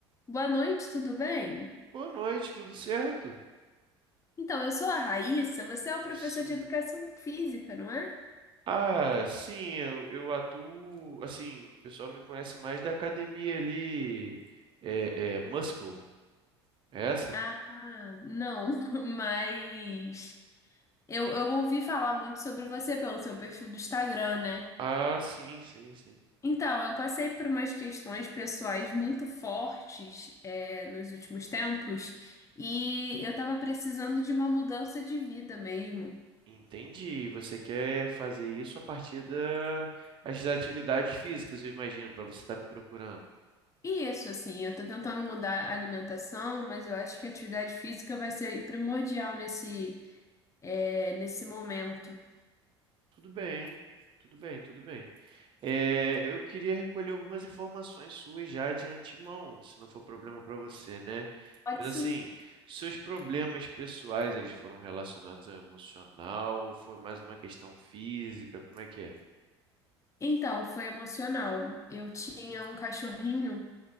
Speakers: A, on the left (about 20°); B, on the right (about 35°).
A: Boa noite, tudo bem?
B: Boa noite, tudo certo?
A: Então, eu sou a Raíssa, você é o professor
B: Sim.
A: de educação física, não é?
B: Ah, sim, eu, eu atuo. Assim, o pessoal me conhece mais da academia ali. É, é Muscle, é essa?
A: Ah, não, <laughs> mas eu, eu ouvi falar muito sobre você pelo seu perfil do Instagram, né?
B: Ah, sim, sim, sim.
A: Então, eu passei por umas questões pessoais muito fortes, é, nos últimos tempos e eu tava precisando de uma mudança de vida mesmo.
B: Entendi. Você quer fazer isso a partir da- das atividades físicas, eu imagino, para você estar me procurando.
A: E isso, assim, eu tô tentando mudar a alimentação, mas eu acho que a atividade física vai ser primordial nesse é, nesse momento.
B: Tudo bem, tudo bem, tudo bem. É, eu queria recolher algumas informações suas já de antemão, se não for problema para você, né?
A: Pode
B: Mas
A: sim.
B: assim, seus problemas pessoais, eles foram relacionados ao emocional ou foi mais uma questão física? Como é que é?
A: Então, foi emocional. Eu
B: Entendi,
A: tinha um cachorrinho